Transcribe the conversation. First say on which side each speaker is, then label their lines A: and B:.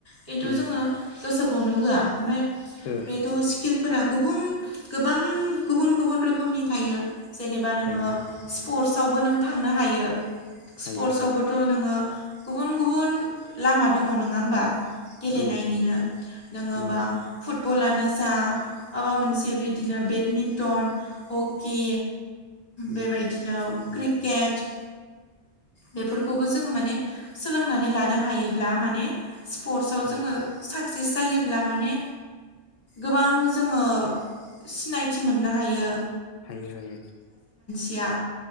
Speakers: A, on the left; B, on the left.
A: खिन्थु
B: उम
A: जोङो गोसोखौनो होआ ओमफ्राय
B: होआ
A: बेथ' स्किलफोरा गुबुन गोबां गुबुन गुबुन रोखोमनि थायो जेनेबा नोङो
B: थायो
A: स्पर्टस रावबो नों थांनो हायो स्पर्टसावबोथ'
B: हायो
A: नोङो गुबुन गुबुन लामा दङ नोङा होमबा गेलेनायनिनो
B: उम
A: नोङोबा
B: उम
A: फुटबलानो जा माबा मोनसे बिदिनो बेडमिन्टन, हकि
B: उम
A: बेबायदिनो क्रिकेट
B: उम
A: बेफोरखौबो जोङो माने सोलोंनानै लानो हायोब्ला माने स्पर्टसआव
B: उम
A: जोङो साक्सेस जायोब्ला माने गोबां जोङो सिनायथि मोननो हायो
B: हायो हायो
A: गिया